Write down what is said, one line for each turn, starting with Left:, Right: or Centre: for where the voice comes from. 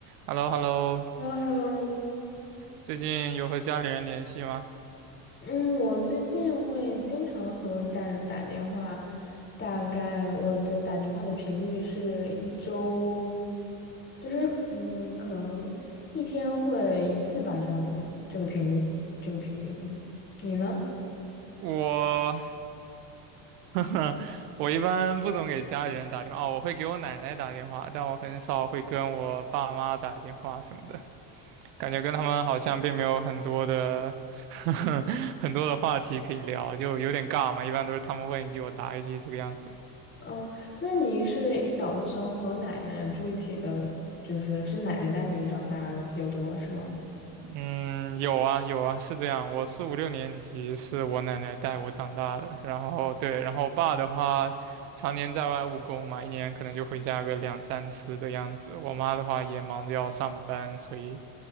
Right: h e l l o h e l l o
Left: h e l l o h e l l o
Right: 最近有和家里人联系吗？
Left: 嗯，我最近会经常和家人打电话，大概我的打电话的频率是一周，就是嗯，可能一天会一次吧，这样子，这个频率，这个频率，嗯，你呢？
Right: 我，<laughs> 我一般不总给家里人打电话，哦我会给我奶奶打电话，但我很少会跟我爸妈打电话什么的，感觉跟他们好像并没有很多的 <laughs>，很多的话题可以聊，就有点尬嘛。一般都是他们问一句，我答一句这个样子。
Left: 哦，那你是小的时候和奶奶住一起的，就是是奶奶带你长大的比较多，是吗？
Right: 嗯，有啊有啊，是这样。我四五六年级是我奶奶带我长大的，然后对，然后我爸的话，常年在外务工嘛，一年可能就回家个两三次的样子。我妈的话也忙着要上班，所以